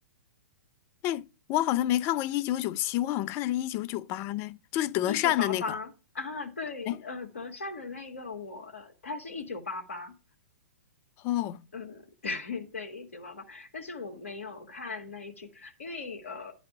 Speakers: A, on the left (about 35°); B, on the left (about 70°).
A: 哎，我好像没看过《一九九七》，我好像看的是《一九九八》呢，就是德善的那个。
B: 一九八八啊，对，
A: 哎，
B: 呃德善的那个我，呃、他是一九八八，
A: 哦。
B: 嗯，对对，《一九八八，但是我没有看那一句，因为呃，